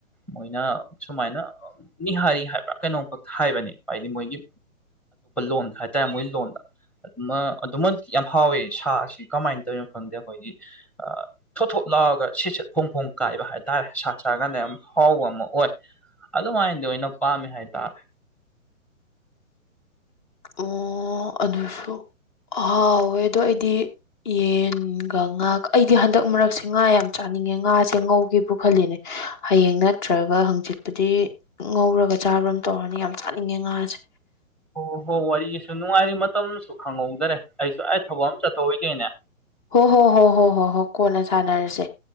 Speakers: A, in the centre; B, on the left.
A: ꯃꯣꯏꯅ ꯁꯨꯃꯥꯏꯅ ꯅꯤꯍꯥꯔꯤ ꯍꯥꯏꯕ꯭ꯔꯥ ꯀꯩꯅꯣꯝꯈꯛ ꯍꯥꯏꯕꯅꯦ ꯍꯥꯏꯗꯤ ꯃꯣꯏꯒꯤ ꯂꯣꯟꯗ ꯍꯥꯏꯇꯥꯔꯦ ꯃꯣꯏ ꯂꯣꯟꯗ ꯑꯗꯨꯃ ꯑꯗꯨꯃ ꯌꯥꯝ ꯍꯥꯎꯋꯦ ꯁꯥꯁꯤ ꯀꯃꯥꯏꯅ ꯇꯧꯔꯤꯅꯣ ꯈꯪꯗꯦ ꯑꯩꯈꯣꯏꯒꯤ ꯑꯥ ꯊꯣꯠ ꯊꯣꯠ ꯂꯥꯎꯔꯒ ꯁꯤꯠꯦꯠ ꯐꯣꯡ ꯐꯣꯡ ꯀꯥꯏꯕ ꯍꯥꯏ ꯇꯔꯦ ꯁꯥ ꯆꯥꯔ ꯀꯥꯟꯗ ꯌꯥꯝ ꯍꯥꯎꯕ ꯑꯃ ꯑꯣꯏ ꯑꯗꯨꯝꯍꯥꯏꯅꯗꯤ ꯑꯣꯏꯅ ꯄꯥꯝꯃꯦ ꯍꯥꯏꯇꯥꯔꯦ
B: ꯑꯣ ꯑꯗꯨꯁꯨ ꯍꯥꯎꯋꯦ ꯑꯗꯣ ꯑꯩꯗꯤ ꯌꯦꯟꯒ ꯉꯥ ꯑꯩꯗꯤ ꯍꯟꯗꯛ ꯃꯔꯛꯁꯦ ꯉꯥ ꯌꯥꯝ ꯆꯥꯅꯤꯡꯉꯦ ꯉꯥꯁꯦ ꯉꯧꯒꯦꯕꯨ ꯈꯜꯂꯤꯅꯦ ꯍꯌꯦꯡ ꯅꯠꯇ꯭ꯔꯒ ꯍꯪꯆꯤꯠꯄꯨꯗꯤ ꯉꯧꯔꯒ ꯆꯥꯕ꯭ꯔ ꯑꯃ ꯇꯧꯔꯅꯤ ꯌꯥꯝ ꯆꯥꯅꯤꯡꯉꯦ ꯉꯥꯁꯦ
A: ꯑꯣ ꯍꯣ ꯋꯥꯔꯤꯁꯨ ꯅꯨꯡꯉꯥꯏꯔꯤ ꯃꯇꯝꯁꯨ ꯈꯪꯍꯧꯗꯔꯦ ꯑꯩꯁꯨ ꯑꯩ ꯊꯕꯛ ꯑꯃ ꯆꯠꯊꯣꯛꯔꯤꯒꯦꯅꯦ
B: ꯍ ꯍꯣ ꯍꯣ ꯍꯣ ꯍꯣ ꯍꯣ ꯀꯣꯅ ꯁꯅꯔꯁꯦ